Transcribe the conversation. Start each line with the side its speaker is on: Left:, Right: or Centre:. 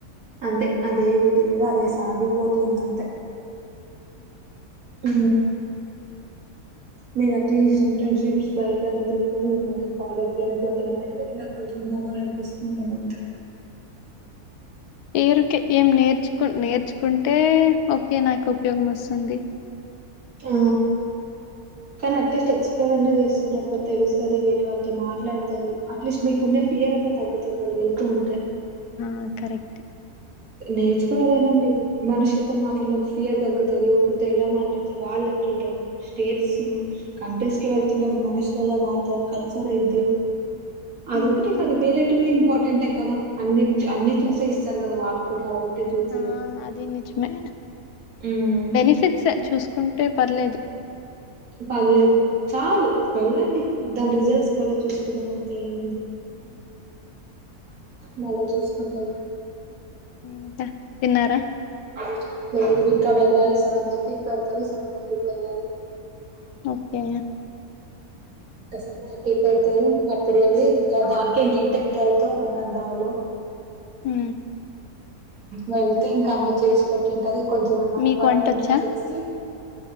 Right: అంతే అదే రుటీన్ లో అదే సాగిపోతుంది అంతే
Left: ఉ
Right: ఆ మీరు అట్లీస్ట్ ఇంటర్న్షిప్స్ బయటనే తిరుతారు ఇంకా కాలేజ్ లోనే పోతానన్నమాట మది నాకు కొంచెం పోల్డిపిస్తూ ఉందంత
Left: పేరుకే ఏం నేర్చుకు నేర్చుకుంటే ఓకే నాకు ఉపయోగం వస్తుంది
Right: అ కానీ అట్లీస్ట్ ఎక్స్ప్లోర్ అన్నా చేస్తున్నాడు కదా తెలుస్తుంది వేరే వాళ్ళతో మాట్లాడతారు అట్లీస్ట్ మీకుండ ఫియర్న్నా తగ్తది కదా వెళ్తూ ఉంటే
Left: అవును ఆ కరెక్ట్
Right: నేర్చుకున్నదేనాండి మనుషులతో మాట్లాడినప్పు ఫియర్ తగ్గుతుంది ఒకరితో ఎలా మాట్లాడతారు వాళ్ళు ఎట్ స్టేట్స్ కంట్రీస్ క వెళ్తన్నా మనుషుల ఎ మతారు కల్చర్ ఇది అదొ
Left: హ్మ్
Right: ఒకటిే క అదు వేర ఇంపార్ ంటే కదా అన్ని అన్ని చూసే ఇస్తారు కదా వాళ్ళు కూడా చూసి
Left: ఆ అది నిజమే
Right: ఉమ్
Left: బెనిఫిట్స్ చూసుకుంటే పర్లేదు
Right: పదిలేదు చాలు వెళ్ళండి దాని రిజల్ట్స్ మళ్ళా చూసుకుందాం అంతే ఏముంది
Left: హ
Right: మళ్ళా చూసుకుంటా ఇప్పు
Left: ఇంకా తిన్నారా
Right: హ బిగ గా వెళ్ళాలి సెవెన్ థర్టీకి పెడతారు సెవెన్ ర్టీకి వెళ్ళాలి
Left: ఓకే
Right: క్కసపతారు అప్పుడు వెళ ఇంకా దానికి ఇంక ఇంటికి వెళ్తూ ఉన్న దావులు
Left: హ
Right: వెళ్తే ఇంక అమ్మ చేసి పెట్టింటది కొంచెం ఏమ
Left: మీకు
Right: వర్క్
Left: వంటొచ్చా
Right: ఉంటే చేసి